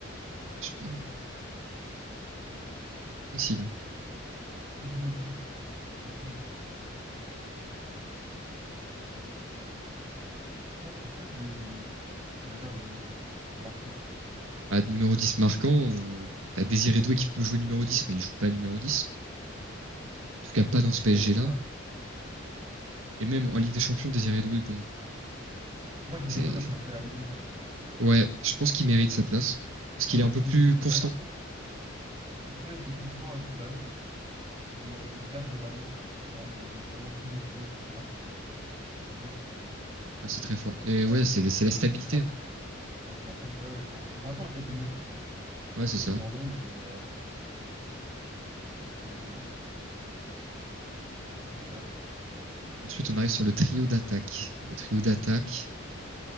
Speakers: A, on the right; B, on the right.
A: je sais pas, facile.
B: troisième milieu. Mhm. C'est vrai qu'il n'y a pas de, on va dire, de numéro 10 marquant
A: bah,
B: dans les
A: de numéro
B: deux clubs.
A: 10 marquant, euh, t'as Désiré Doué qui peut jouer numéro 10, mais il joue pas numéro 10. En tout cas, pas dans ce PSG-là.
B: Ouais, c'est ça.
A: Et même en Ligue des Champions, Désiré Doué, bon,
B: Moi, j'aimerais
A: c'est,
B: bien mettre un Çalhanoğlu quand même.
A: ouais, je pense qu'il mérite sa place.
B: Parce
A: Parce qu'il
B: qu'en fait,
A: est un peu
B: c'est
A: plus
B: c'est
A: constant.
B: une valeur sûre. Et puis même techniquement, avec le ballon, il, euh, il garde le ballon, il permet de vraiment poser le jeu, etc. Pour moi, c'est
A: Ah, c'est très fort. Et
B: quand
A: ouais,
B: même
A: c'est,
B: une-
A: c'est la stabilité.
B: c'est important.
A: hein.
B: Un joueur comme ça, ouais, c'est important. C'est un peu un Casemiro, tu vois.
A: Ouais, c'est
B: Il
A: ça.
B: est dans l'ombre, mais euh, au final, il est- il fait le taf.
A: Ensuite, on arrive sur le trio d'attaque. Le trio d'attaque.